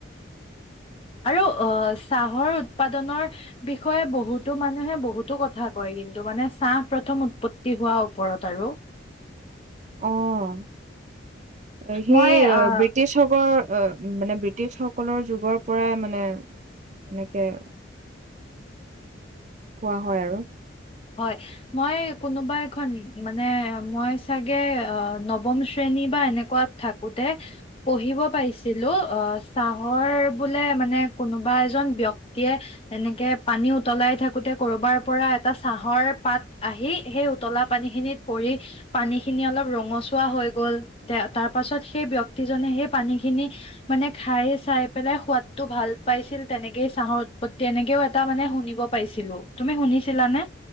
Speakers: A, on the left (about 30°); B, on the right (about 35°).
A: আৰু অহ চাহৰ উৎপাদনৰ বিষয়ে বহুতো মানুহে বহুতো কথা কয় কিন্তু মানে চাহ প্ৰথম উৎপত্তি হোৱাৰ ওপৰত আৰু।
B: অহ সেই
A: মই আহ
B: ব্ৰিটিছসকল মানে ব্ৰিটিছসকলৰ যুগৰ পৰাই মানে এনেকে কোৱা হয় আৰু।
A: হয়। মই কোনোবা এখন মানে মই চাগে অ' নৱম শ্ৰেণী বা এনেকুৱাত থাকোতে পঢ়িব পাইছিলো অ' চাহৰ বোলে মানে কোনোবা এজন ব্যক্তিয়ে এনেকে পানী উতলাই থাকোতে ক'ৰবাৰ পৰা এটা চাহৰ পাত আহি সেই উতলা পানীখিনিত পৰি পানীখিনি অলপ ৰঙচুৱা হৈ গ'ল, তাৰ পাছত সেই ব্যক্তিজনে সেই পানী খিনি মানে খাই চাই পেলাই সোৱাদটো ভাল পাইছিল তেনেকেই চাহৰ উৎপত্তি এনেকেও এটা মানে শুনিব পাইছিলো। তুমি শুনিছিলানে?